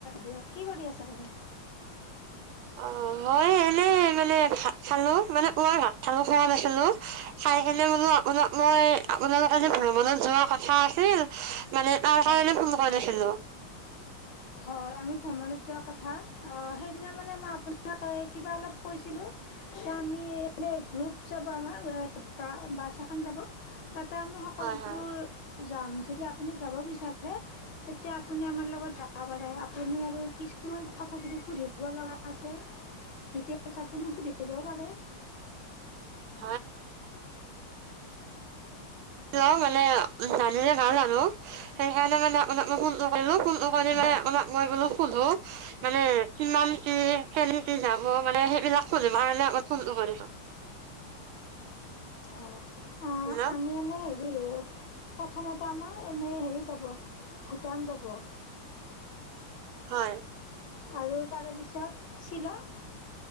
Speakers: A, on the left; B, on the right.
A: দিয়ক কি কৰি আছে আপুনি?
B: অঁ, মই এনেই মানে ভাত খালো মানে মই ভাত খোৱা নাছিলো। খাই ফেল বুলু মানে আপোনাক মই আপোনালোকে যে ভ্ৰমণত যোৱা কথা আছিল মানে তাৰ
A: হয়
B: কাৰনে ফন কৰিছিলো।
A: হয়, আমি ভ্ৰমণত যোৱা কথা অঁ সেইদিনা মানে মই আপোনাকে কিবা অলপ কৈছিলোঁ। আমি এ এ গ্ৰুপ যাব আমাৰ বাছ এখন যাব। তাতে আমি সকলোবোৰ
B: হয় হয়
A: যাম যদি আপুনি যাব বিচাৰে, তেতিয়া আপুনি আমাৰ লগত যাব পাৰে। আপুনি আৰু কি কিছুমান কথা যদি সুধিব লগা থাকে, তেতিয়া আপুনি সুধি দিব পাৰে।
B: <inaudible> অ মানে জানিলে ভাল আৰু। সেইকাৰণে মানে আপোনাক মই ফোনটো কৰিলোঁ ফোন কৰিকেনে
A: হয়
B: মানে আপোনাক মই বোলো সুধোঁ। মানে কিমান কি কেনেকে যাব মানে সেইবিলাক সুধিব কাৰণে আগত ফোন কৰিছো।
A: হয় অ
B: হেল্ল'
A: আমি এনেই হেৰি প্ৰথমতে আমাৰ এনেই হেৰি যাব ভূটান যাব। <inaudible>
B: হয়।
A: আৰু তাৰে পিছত শ্বিলং